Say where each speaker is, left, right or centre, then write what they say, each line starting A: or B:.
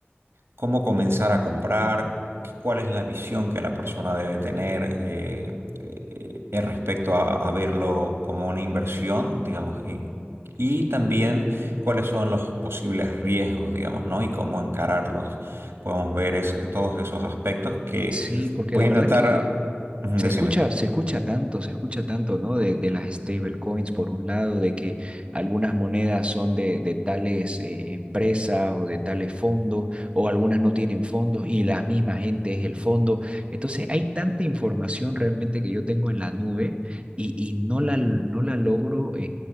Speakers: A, on the right; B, on the right.
A: cómo comenzar a comprar, qué- cuál es la visión que la persona debe tener eh, eh, eh, respecto a, a verlo como una inversión, digamos, y, y también cuáles son los posibles riesgos, digamos, ¿no? Y cómo encararlos. Podemos ver es- todos esos aspectos que
B: Sí, porque
A: voy
B: la
A: a
B: verdad
A: intentar,
B: que
A: ujú,
B: Se
A: decime.
B: escucha, se escucha tanto, se escucha tanto, ¿no? De, de las stablecoins, por un lado, de que algunas monedas son de, de tales eh, empresas o de tales fondos, o algunas no tienen fondos y la misma gente es el fondo. Entonces, hay tanta información realmente que yo tengo en la nube y, y no la, no la logro eh,